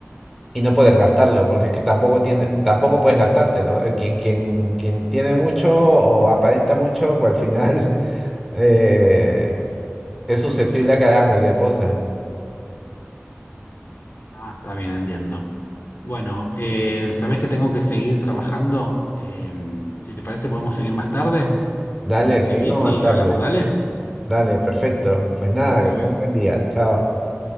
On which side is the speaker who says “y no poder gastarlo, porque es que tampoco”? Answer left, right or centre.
Centre